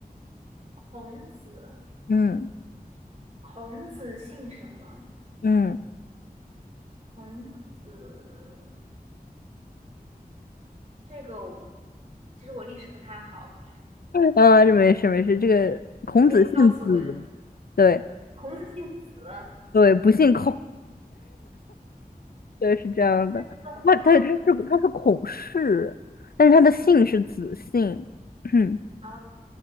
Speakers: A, on the right (about 45°); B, on the left (about 70°).
A: 孔子，
B: 嗯
A: 孔子姓什么？
B: 嗯，
A: 孔子这个我其实我历史不太好，
B: 呃，这没事没事，这个孔子姓子，
A: 你可以告诉我，
B: 对
A: 孔子姓子啊？
B: 对，不姓孔。对，是这样的。
A: 真的吗？
B: 那他他是他是孔氏，
A: 孔子
B: 但是他的姓是子姓。<clears throat>
A: 啊，